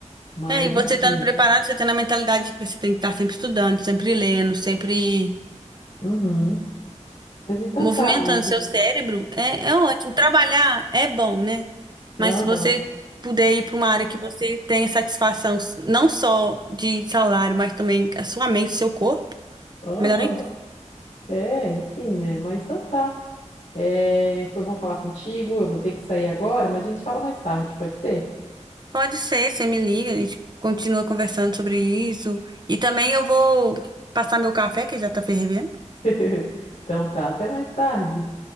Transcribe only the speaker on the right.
É, e você
estando preparado, você tendo a mentalidade de que você tem que estar sempre estudando, sempre lendo, sempre
Movimentando
seu cérebro é, é ótimo. Trabalhar é bom, né?
Mas se você puder ir para uma área que você tenha satisfação, não só de salário, mas também a sua mente, seu corpo,
melhor ainda.
Pode ser, você me liga, a gente continua conversando sobre isso. E também eu vou passar meu café, que já tá fervendo.